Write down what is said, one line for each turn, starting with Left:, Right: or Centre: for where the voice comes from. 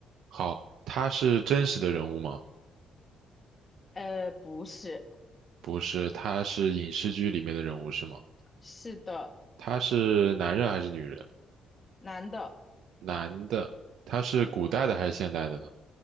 Right: 好，他是真实的人物吗？
Left: 呃，不是，
Right: 不是，他是影视剧里面的人物是吗？
Left: 是的，
Right: 他是男人还是女人？
Left: 男的，
Right: 男的，他是古代的还是现代的呢？